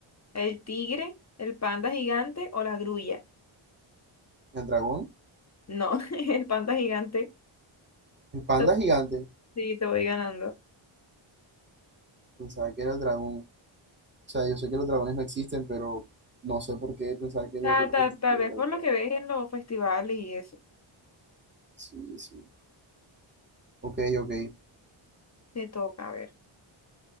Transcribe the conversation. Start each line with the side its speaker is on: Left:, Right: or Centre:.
Left: ¿El tigre? ¿El panda gigante o la grulla?
Right: dragón.
Left: No, <laughs> el panda gigante.
Right: El panda
Left: Te-
Right: gigante.
Left: Sí, te voy ganando.
Right: Pensaba que era el dragón. O sea, yo sé que los dragones no existen, pero no sé por qué pensaba que lo
Left: ta
Right: representativo
Left: ta tal vez
Right: era
Left: por
Right: el
Left: lo
Right: dragón.
Left: que ves en los festivales y eso.
Right: Sí, sí. Ok, ok.
Left: Te toca, a ver.